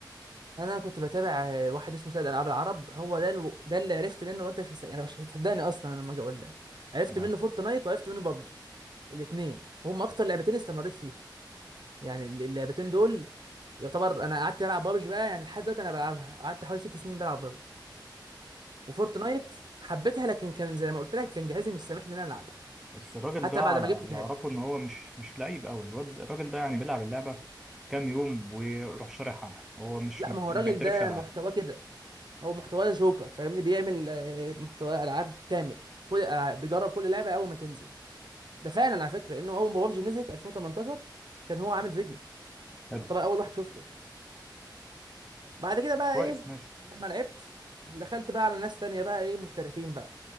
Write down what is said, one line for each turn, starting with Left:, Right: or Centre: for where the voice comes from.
Right: انا كنت بتابع آه، واحد اسمه سيد العاب العرب هو ده الو... ده اللي عرفت منه وانت مش مست... يعني مش هتصدقني اصلا أنا لما اجي اقول لك عرفت
Centre: تمام
Right: منه فورتنايت وعرفت منه بابجي الاثنين وهم اكتر لعبتين استمريت فيهم يعني الل- اللعبتين دول يعتبر انا قعدت العب بابجي بقى يعني لحد دلوقتي انا بلعبها قعدت حوالي ست سنين بلعب بابجي وفورتنايت حبيتها لكن كان زي ما قلت لك كان جهازي مش سامحني ان انا العبها
Centre: بس الراجل
Right: حتى
Centre: ده على
Right: بعد ما جبت
Centre: اللي
Right: جهاز
Centre: اعرفه ان هو مش مش لعيب قوي الواد الراجل ده يعني بيلعب اللعبه كام يوم ويروح شارح عنها هو مش
Right: لا
Centre: مه-
Right: ما هو
Centre: ما
Right: الراجل
Centre: بيعترفش
Right: ده
Centre: العاب
Right: محتواه كده هو محتواه جوكر فاهمني بيعمل آه، محتوى العاب كامل كل الالعاب بيجرب كل لعبه اول ما تنزل ده فعلا على فكره لانه اول ما بابجي نزلت 2018 كان هو عامل فيديو
Centre: حلو
Right: يعني طبعا اول واحد شفته بعد كده بقى
Centre: كويس
Right: ايه
Centre: ماشي
Right: لما لعبت دخلت بقى على ناس تانية بقى ايه محترفين بقى